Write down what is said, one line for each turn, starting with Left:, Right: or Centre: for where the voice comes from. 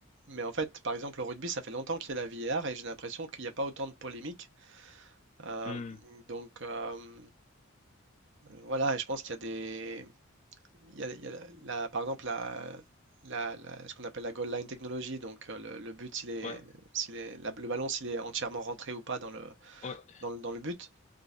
Right: mais en fait, par exemple, au rugby, ça fait longtemps qu'il y a la VAR et j'ai l'impression qu'il n'y a pas autant de polémiques. Euh,
Left: hmm,
Right: donc euh, voilà, et je pense qu'il y a des. il y a- il y a la- la- par exemple, la, la- la- ce qu'on appelle la goal line technology. Donc euh, le, le but, s'il est,
Left: ouais,
Right: s'il est, la- le ballon, s'il est entièrement rentré ou pas dans le,
Left: ouais,
Right: dans le, dans le but.